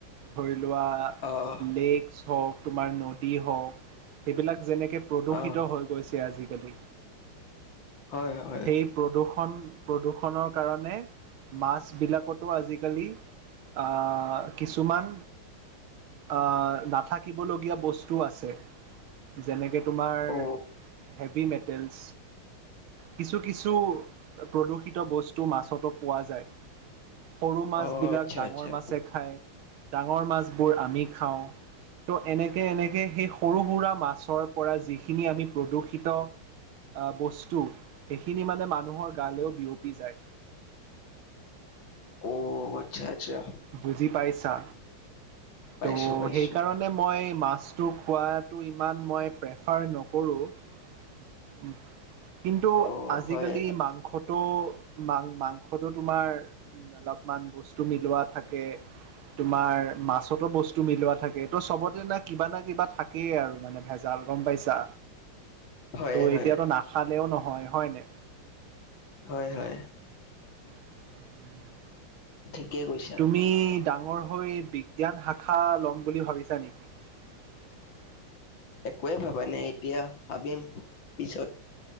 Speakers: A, on the right; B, on the left.
A: ধৰি লোৱা
B: অহ
A: লেকচ হওক তোমাৰ নদী হওঁক। সেইবিলাক যেনেকে প্ৰদূষিত
B: অহ
A: হৈ গৈছে আজিকালি।
B: হয় হয়
A: সেই প্ৰদূৰ্ষণ প্ৰদূ্ষণ কাৰণে মাছ বিলাকতো আজিকালি। আহ কিছুমান আহ নাথাকিবলগীয়া বস্তু। টো আছে যেনেকৈ তোমাৰ
B: অ
A: হেভি মেটেলেছ। কিছু কিছু প্ৰদূষিত বস্তু মাছতো পোৱা যায়। সৰু মাছ
B: অ
A: বিলাক
B: আচ্ছা
A: ডাঙৰ
B: আচ্ছা
A: মাছে খায়। ডাঙৰ মাছবোৰ আমি খাওঁ। ত' এনেকে এনেকে সেই সৰু সুৰা মাছৰ পৰা যিখিনি আমি প্ৰদূষিত। বস্তু সেখিনি মানে মানুহৰ গালেও বিয়পি যায়।
B: অ আচ্ছা। আচ্ছা
A: বুজি পাইছা।
B: পাইছো
A: ত'
B: পাইছো
A: সেই কাৰণে মই মাছটো খোৱাটো ইমান মই প্ৰে। চাৰ নকৰো উ। কিন্তু
B: অ
A: আজিকালি
B: হয়
A: মাংসটো মা মাংসটো তোমাৰ। উ অলপমান বস্তু মিলোৱা থাকে তোমাৰ মাছ। কতো বস্তু মিলোৱা থাকে ত' চবতে না কিবা না কিবা থাকেই আৰু মানে ভেজাল গম পাইছা।
B: হয়
A: ত'
B: হয়
A: এতিয়াতো নাখালেও নহয় হয় নে।
B: হয়, হয়।
A: <unintelligible>
B: ঠিকেই কৈছা
A: তুমি ডাঙৰ হৈ বিজ্ঞান শাখা লম বুলি ভাবিছা নেকি? <unintelligible>
B: একোৱে ভাবা নাই এতিয়া ভাবিম পিছত।